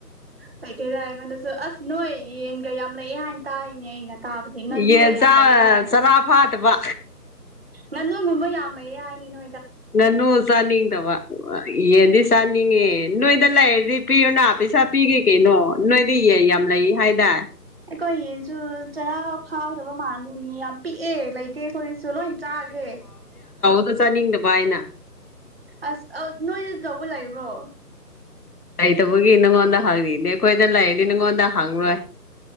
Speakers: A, on the right (about 35°); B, on the left (about 65°).
A: ꯀꯩꯊꯣꯏꯗ ꯑꯩꯉꯣꯟꯗꯁꯨ ꯑꯁ ꯅꯣꯏ ꯌꯦꯟꯒ ꯌꯥꯝ ꯂꯩꯑꯦ ꯍꯥꯏꯅ ꯇꯥꯔꯤꯅꯦ ꯑꯩꯅ ꯇꯥꯕꯗꯤ ꯉꯥꯅꯨꯒ
B: ꯌꯦꯟ
A: ꯌꯥꯝ
B: ꯆꯥ
A: ꯂꯩ ꯍꯥꯏꯅ
B: ꯆꯔꯥ ꯐꯥꯗꯕ
A: ꯅꯅꯣꯒꯨꯝꯕ ꯌꯥꯝꯃꯩꯌꯦ ꯍꯥꯏꯅꯤꯅꯣ
B: ꯅꯅꯨ ꯁꯥꯟ ꯇꯋꯥ ꯌꯦꯗꯤ ꯁꯥꯟꯉꯦ ꯅꯣꯏꯗ ꯂꯩꯔꯗꯤ ꯄꯤꯌꯨꯅ ꯄꯩꯁꯥ ꯄꯤꯒꯦ ꯀꯩꯅꯣ ꯅꯣꯏꯗꯤ ꯌꯦꯏ ꯌꯥꯝ ꯂꯩ ꯍꯥꯏꯗꯥ
A: ꯑꯩꯈꯣꯏ ꯌꯦꯟꯁꯨ ꯆꯔꯥ ꯐꯥꯗꯕ ꯃꯥꯜꯂꯦ ꯑꯗꯨꯅꯤ ꯌꯥꯝ ꯄꯤꯛꯑꯦ ꯂꯩꯇꯦ ꯑꯩꯈꯣꯏꯁꯨ ꯂꯣꯏ ꯆꯥꯈ꯭ꯔꯦ
B: ꯑ ꯆꯥꯅꯤꯡꯗꯕ ꯍꯥꯏꯅ
A: ꯑꯁ ꯑ ꯅꯣꯏꯗꯗꯤ ꯇꯧꯕ ꯂꯩꯕ꯭ꯔꯣ
B: ꯂꯩꯇꯕꯒꯤ ꯅꯪꯉꯣꯟꯗ ꯍꯪꯉꯤꯅꯦ ꯑꯩꯈꯣꯏꯗ ꯂꯩꯅꯤ ꯅꯪꯉꯣꯟꯗ ꯍꯪꯉꯣꯏ